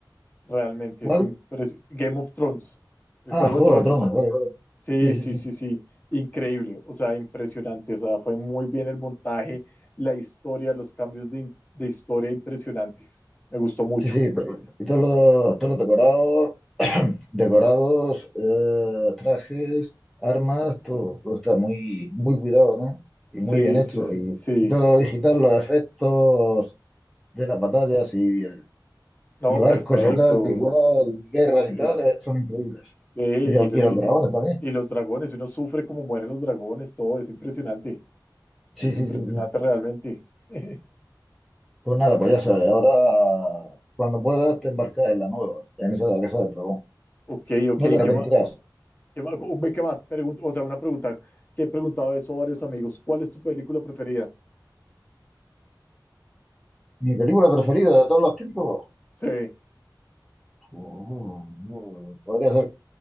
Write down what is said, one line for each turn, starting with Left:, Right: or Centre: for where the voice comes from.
Left: Realmente
Centre: ¿Cuál?
Left: es impres- Game of Thrones, el
Centre: Ah,
Left: Juego
Centre: Juego
Left: de Tronos.
Centre: de Tronos, vale, vale.
Left: Sí,
Centre: Sí, sí,
Left: sí,
Centre: sí.
Left: sí, sí. Increíble, o sea, impresionante. O sea, fue muy bien el montaje, la historia, los cambios de, in- de historia impresionantes. Me gustó mucho.
Centre: Sí, sí, to- y todos los, todos los decorados, <clears throat> decorados, eh, trajes, armas, todo, todo está muy, muy cuidado, ¿no? Y muy
Left: Sí,
Centre: bien hecho.
Left: sí, sí,
Centre: Y,
Left: sí.
Centre: y todo lo digital, los efectos de las batallas y, el-
Left: No,
Centre: y barcos
Left: perfecto.
Centre: y tal, igual, y guerras
Left: Sí,
Centre: y tal, eh, son increíbles.
Left: sí, y,
Centre: Y los,
Left: lo-
Centre: y los
Left: y-
Centre: dragones también.
Left: y los dragones, uno sufre como mueren los dragones, todo es impresionante.
Centre: Sí,
Left: Es
Centre: sí,
Left: impresionante
Centre: sí, sí.
Left: realmente. <laughs>
Centre: Pues nada, pues ya sabes, ahora cuando puedas te embarcas en la nueva, en esa de la Casa del Dragón.
Left: Ok, ok,
Centre: No te arrepentirás.
Left: ¿qué más? ¿Qué más? ¿Qué más? Pregun- o sea, una pregunta que he preguntado eso a varios amigos. ¿Cuál es tu película preferida?
Centre: Mi película preferida de todos los tiempos.
Left: Sí,
Centre: Oh, oh, podría ser,